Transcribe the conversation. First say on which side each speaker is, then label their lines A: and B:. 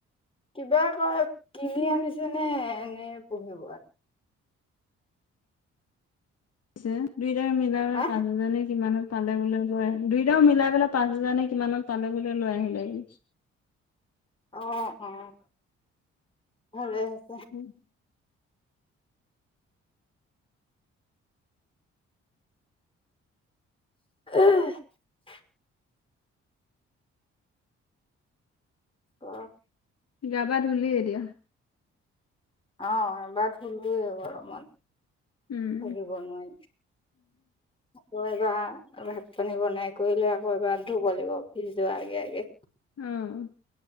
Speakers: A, on the left; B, on the left.
A: কিবা কয় কিনি আনিছে নে এনে পুহিব?
B: ছে দুইটাৰ মিলাই
A: হা
B: পাঁচ হেজাৰ নে কিমানত পালে বোলে লৈ দুইটাও মিলাই পেলাই পাঁচ হেজাৰ নে কিমানত পালে বোলে লৈ আহিলে আহিলে। <inaudible>
A: অ', <unintelligible>
B: <unintelligible>
A: <unintelligible> অ',
B: গাবা ধলি এতিয়া?
A: অ', এবাৰ ধুলোৱেই গৰমত।
B: উম,
A: <unintelligible> বন নি আকৌ এবাৰ ভাত পানী বনাই কৰি লৈ আকৌ এবাৰ ধুব লাগিব অফিচ জোৱাৰ আগে আগে।
B: অ',